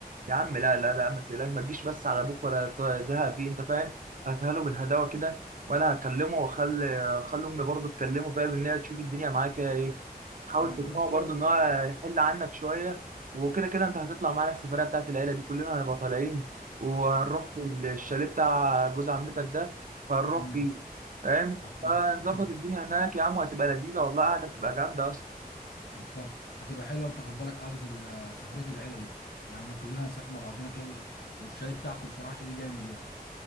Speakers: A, on the right; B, on the left.
A: يا عم لا لا لا ما تقلقش ما تجيش بس على ابوك ولا ت- تزهق فيه انت فاهم هاتها له بالهداوه كده وانا هكلمه واخلي آه، اخلي امي برضه تكلمه فاهم ان هي تشوف الدنيا معاه فيها ايه حاول
B: ايوه
A: تقنعه
B: انت
A: برضه ان هو يحل عنك شويه وكده كده انت هتطلع معانا السفريه بتاعت العيله دي كلنا هنبقى طالعين وهنروح في الشاليه بتاع جوز عمتك ده فهنروح
B: امم
A: فيه فاهم
B: هتبقى
A: فنظبط
B: هتبقى
A: الدنيا هناك يا عم وهتبقى لذيذه والله قاعده بتبقى جامده اصلا
B: بالظبط هتبقى حلوه انت خد بالك قعده ال- سفريه العيله دي يعني كلنا هنسافر مع بعضينا كده والشاليه بتاعكم بصراحه شاليه جامد يعني